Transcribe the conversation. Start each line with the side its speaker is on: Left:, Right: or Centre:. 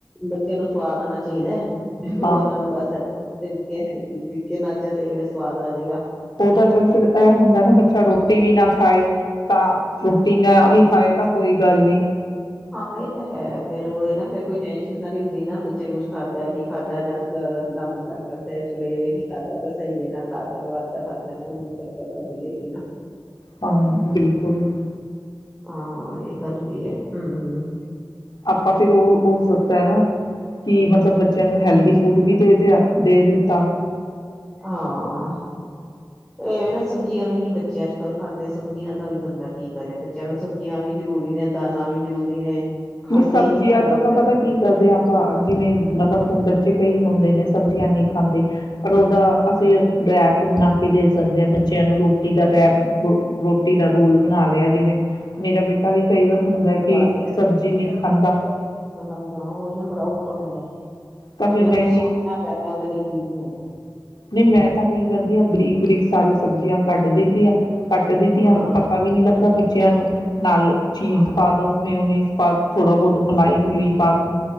Centre: ਬੱਚਿਆਂ ਨੂੰ ਸਵਾਦ ਆਉਣਾ ਚਾਹੀਦਾ ਹੈ
Left: ਹਾਂ
Centre: ਉਹਨਾਂ ਨੂੰ ਬਸ <unintelligible> ਕਿਸੇ ਦੇ ਤਰੀਕੇ ਨਾਲ ਚਲੇ ਵੇ ਸਵਾਦ ਆ ਜੇਗਾ
Left: ਉਹ ਤਾਂ ਚੱਲ ਫਿਰ ਇਹ ਹੁੰਦਾ ਨਾ ਬੱਚਾ ਰੋਟੀ ਵੀ ਨਾ ਖਾਏ ਤਾਂ ਰੋਟੀ ਨਾ ਵੀ ਖਾਏ ਤਾਂ ਕੋਈ ਗੱਲ ਨੀ
Centre: ਹਾਂ ਇਹ ਤਾਂ ਹੈ ਫੇਰ ਉਹ ਇਹ ਨਾ ਫੇਰ ਕੋਈ ਟੈਨਸ਼ਨ ਤਾਂ ਨੀ ਹੁੰਦੀ ਨਾ ਬੱਚੇ ਨੂੰ ਕੁੱਛ ਖਾਧੇ ਨੀ ਖਾਧਾ ਜੰਗ ਦਾ ਮੰਦ ਖਾਧਾ ਚਲੋ ਇਹਵੇ ਕਿ ਖਾਧਾ ਤਾਂ ਸਹੀ ਹੈ ਨਾ ਤਾਕਤਵਰ ਦਾ ਖਾਧਾ ਨਾ ਉਹਨੂੰ ਤਾਕਤ ਤਾਂ ਮਿਲੇਗੀ ਨਾ
Left: ਹਾਂ ਬਿਲਕੁਲ
Centre: ਹਾਂ ਇਹ ਗੱਲ ਵੀ ਹੈ ਹਮ ਹ
Left: ਆਪਾਂ ਫਿਰ ਉਹ ਹੋ ਸਕਦਾ ਹੈ ਨਾ ਕਿ ਮਤਲਬ ਬੱਚਿਆਂ ਨੂੰ ਹੈਲਦੀ ਫੂਡ ਵੀ ਦੇ ਦਿਆ ਦੇ ਦਿੱਤਾ
Centre: ਹਾਂ ਇਹਵੇਂ ਨਾ ਸਬਜ਼ੀਆਂ ਵੀ ਨੀ ਬੱਚੇ ਅੱਜ ਕੱਲ੍ਹ ਖਾਂਦੇ ਸਬਜ਼ੀਆਂ ਦਾ ਵੀ ਬੰਦਾ ਕੀ ਕਰੇ ਬੱਚਿਆਂ ਨੂੰ ਸਬਜ਼ੀਆਂ ਵੀ ਜ਼ਰੂਰੀ ਨੇ ਦਾਲਾਂ ਵੀ ਜ਼ਰੂਰੀ ਨੇ- ਖਾਂਦੇ
Left: ਨਹੀਂ ਸਬਜ਼ੀਆਂ
Centre: ਹੀ ਨੀ ਦਾਲਾਂ
Left: ਤਾਂ
Centre: ਵਗੈਰਾ
Left: ਤਾਂ ਪਤਾ ਕੀ ਕਰਦੇ ਹਾਂ ਆਪਾਂ ਜਿਵੇਂ ਮਤਲਬ ਹੁਣ ਬੱਚੇ ਕਈ ਹੁੰਦੇ ਨੇ ਸਬਜ਼ੀਆਂ ਨਹੀਂ ਖਾਂਦੇ ਪਰ ਉਹਦਾ ਅਸੀਂ
Centre: ਹਮ
Left: ਰੈਪ ਬਣਾ ਕੇ ਦੇ ਸਕਦੇ ਆ ਬੱਚਿਆਂ ਨੂੰ ਰੋਟੀ ਦਾ ਰੈਪ ਰੋ ਰੋਟੀ ਦਾ ਰੋਲ ਬਣਾ ਕੇ ਿਆ ਦੀਵੇ ਮੇਰਾ ਬੇਟਾ ਵੀ ਕਈ ਵਾਰ ਹੁੰਦਾ ਕਿ
Centre: ਪਾਤੀ <unintelligible>
Left: ਨਹੀਂ ਖਾਂਦਾ ਤਾਂ ਫਿਰ
Centre: ਮੈਨੂੰ
Left: ਮੈਂ ਕੀ
Centre: ਸੋਚਣਾ ਪੈਂਦਾ ਉਹਦੇ ਲਈ ਕੀ ਬਣਾਵਾ
Left: ਨਹੀਂ ਮੈਂ ਤਾਂ ਕੀ ਕਰਦੀ ਹਾਂ ਬਰੀਕ ਬਰੀਕ ਸਾਰੀ ਸਬਜ਼ੀਆਂ ਕੱਢ ਦਿੱਤੀਆਂ ਕੱਟ ਦਿੱਤੀਆਂ
Centre: ਹਾਂ
Left: ਪਤਾ ਵੀ ਨਹੀ ਲੱਗਦਾ ਬੱਚਿਆਂ ਨੂੰ ਨਾਲ ਚੀਜ਼
Centre: ਹਾਂ
Left: ਪਾ ਦੋ ਮੈਂੳਨਿਸ ਆਪਾਂ ਥੋੜਾ ਬਹੁਤ ਮਲਾਈ <unintelligible> ਤਾਂ